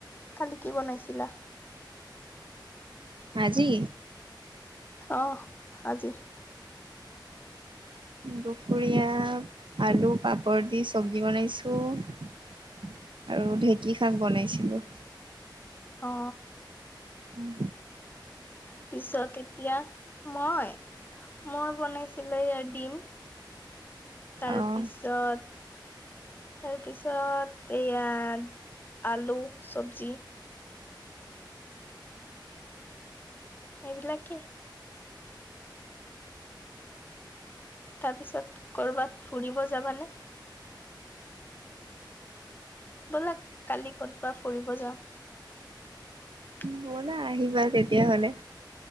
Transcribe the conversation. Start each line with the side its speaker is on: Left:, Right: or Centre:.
Left: কালি কি বনাইছিলা
Right: হজি
Left: আহ আজি
Right: দুপৰীয়া আলু পাপৰ দি চব্জি বনাইছোঁ আৰু ঢেঁকী শাক বনাইছিলোঁ
Left: অ
Right: উম
Left: পিছত এতিয়া মই মই বনাইছিলো লয় দিম তাৰ
Right: আহ
Left: পিছত তাৰপিছত এয়া আলু চবজি এইবিলাকে তাৰ পিছত কৰবাত ফুৰিব যাবানে ব'লা কালি কতবাত ফুৰিব যাও
Right: ব'লা আহিবা তেতিয়া হ'লে